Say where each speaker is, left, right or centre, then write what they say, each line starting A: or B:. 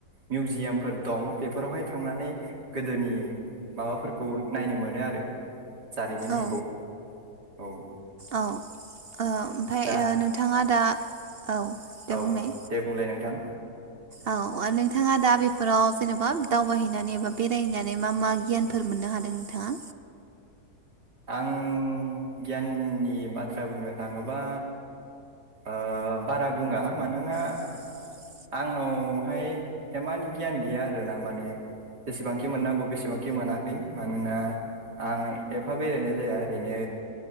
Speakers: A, on the right; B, on the right.
A: मिउजियामफोर दं बेफोरावहाय थांनानै गोदोनि माबाफोरखौ नायनो मोनो आरो जारिमिनफोरखौ
B: औ
A: औ
B: औ ओ ओमफ्राय
A: दा
B: नोंथाङा दा औ दे
A: औ
B: बुंनाय
A: दे बुंलाय नोंथां।
B: औ नोंथाङा दा बेफोराव जेनेबा दावबायहैनानै एबा बेरायहैनानै मा मा गियानफोर मोन मोननो हादों नोंथाङा
A: आं गियाननि बाथ्रा बुंनो थाङोबा ओ बारा बुङा मानोना
B: ा <inaudible>
A: आंनावहाय इमान गियान गैया आर ना माने जेसेबांखि मोननांगौ बेसेबांखि मोनाखै मानोना आं एफा बेरायनाय जाया ओरैनो